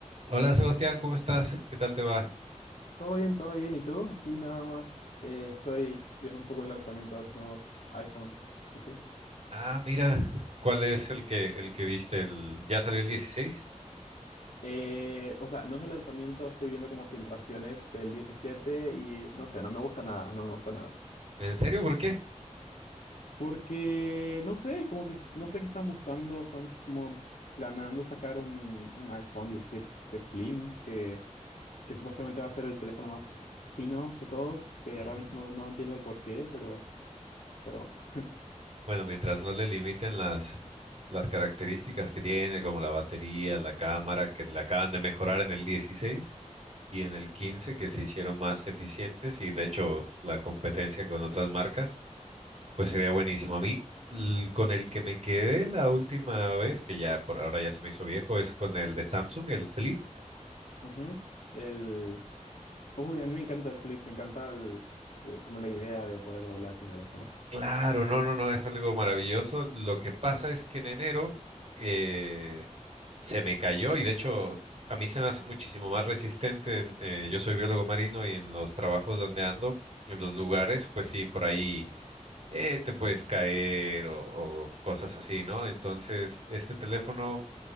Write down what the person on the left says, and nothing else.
Todo bien, todo bien. ¿Y tú? Aquí nada más. eh, estoy viendo un poco el lanzamiento de los nuevos iPhone. ¿Y tú?
Eh, o sea, no es el lanzamiento, estoy viendo como filtraciones del 17 y no sé, no me gusta nada, no me gusta nada.
Porque, no sé, como que no sé qué están buscando, están como planeando sacar un, un iPhone 17 Slim, que, que supuestamente va a ser el teléfono más fino de todos, que
realmente no, no entiendo el porqué, pero, pero bueno.
Ujú. El, Uy, a mí me encanta el flip, me encanta el- el- como la idea de poder doblar tu teléfono. <laughs>